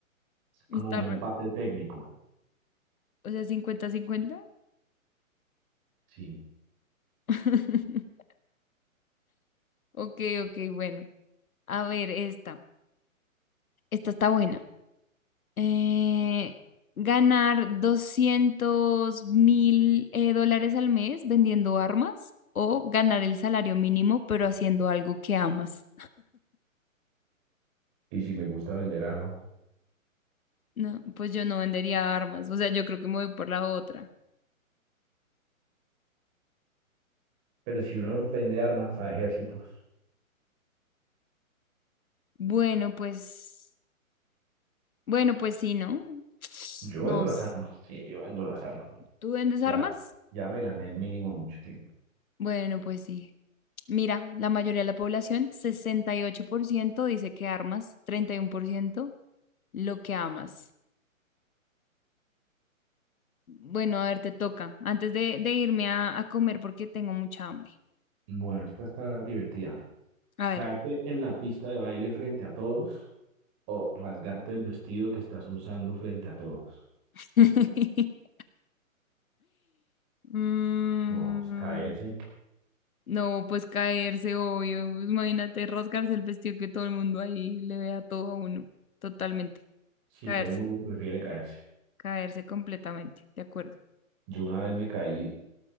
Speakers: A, on the right; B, on the left.
A: es
B: Está
A: como un
B: re-
A: empate técnico.
B: O sea, cincuenta-cincuenta.
A: Sí.
B: <laughs> Ok, ok, bueno. A ver, esta. Esta está buena. Eh, ¿ganar doscientos mil eh, dólares al mes vendiendo armas o ganar el salario mínimo pero haciendo algo que amas?
A: Y si me gusta vender armas.
B: No, pues yo no vendería armas. O sea, yo creo que me voy por la otra.
A: Pero si uno vende armas a ejércitos,
B: Bueno, pues, bueno, pues sí, ¿no? <tsk>
A: yo
B: ¿Nos
A: vendo las
B: s-
A: armas. Sí, yo vendo las armas.
B: ¿Tú vendes armas?
A: Ya, ya me gané el mínimo mucho tiempo.
B: Bueno, pues sí. Mira, la mayoría de la población, 68% dice que armas, 31% lo que amas. Bueno, a ver, te toca. Antes de, de irme a, a comer porque tengo mucha hambre.
A: Bueno, esta está divertida.
B: A ver.
A: Caerte en la pista de baile frente a todos o rasgarte el vestido que estás usando frente a todos.
B: <laughs> Mm,
A: No, pues caerse.
B: no, pues caerse, obvio. Pues Imagínate rasgarse el vestido que todo el mundo ahí le vea todo a uno. Totalmente.
A: Sí,
B: Caerse,
A: todo el mundo prefiere caerse.
B: caerse completamente. De acuerdo.
A: Yo una vez me caí